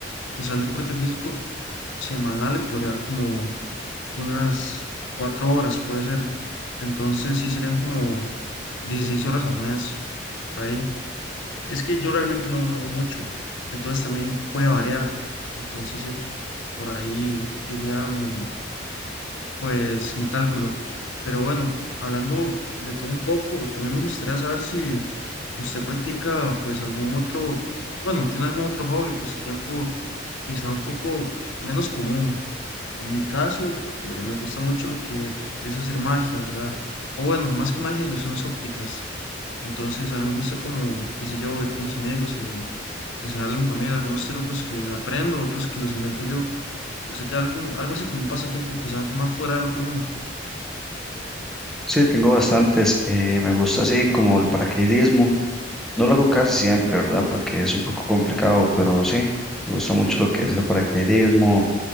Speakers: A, on the left (about 80°); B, in the centre.
A: quizá el deporte físico semanal le podría dar como unas cuatro horas, puede ser. Entonces sí serían como 16 horas al mes, por ahí. Es que yo realmente no, no hago mucho, entonces también puede variar. Entonces sí, por ahí iría mi pues mi cálculo. Pero bueno, hablando de todo un poco, también me gustaría saber si usted practica pues algún otro, bueno, tiene algún otro hobby o pasatiempo quizá un poco menos común. En mi caso, eh, me gusta mucho lo que es hacer magia, ¿verdad? O bueno, más que magia, ilusiones ópticas. Entonces, a mí me gusta como, qué sé yo, ver con mis amigos o enseñarle a mi familia algunos trucos que aprendo, otros que los invento yo. ¿Usted tiene algún, algo así como un pasatiempo quizá más fuera de lo común?
B: Sí, tengo bastantes. Eh, me gusta así como el paracaidismo. No lo hago casi siempre, ¿verdad? Porque es un poco complicado, pero sí, me gusta mucho lo que es el paracaidismo,